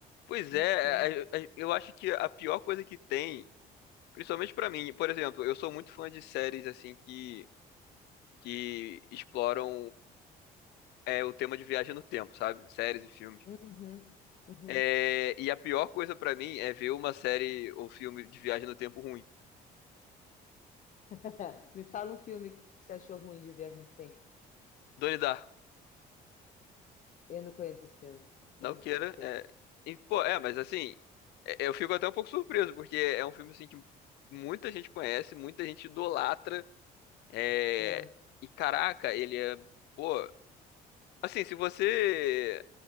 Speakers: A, on the left; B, on the left.
A: pois
B: Não
A: é,
B: sei.
A: a- a- eu acho que a pior coisa que tem, principalmente pra mim, por exemplo, eu sou muito fã de séries assim que que exploram é o tema de viagem no tempo, sabe? Séries e filmes.
B: Uhum, uhum.
A: É, e a pior coisa pra mim é ver uma série ou filme de viagem no tempo ruim.
B: <laughs> Me fala um filme que você achou ruim de viagem do tempo.
A: Donnie Darko,
B: Eu não conheço esse filme,
A: não
B: então
A: queira.
B: tô safe.
A: É, e, pô, é, mas assim, é- eu fico até um pouco surpreso, porque é um filme assim que muita gente conhece, muita gente idolatra. é,
B: Ah,
A: e caraca, ele é, pô, assim, se você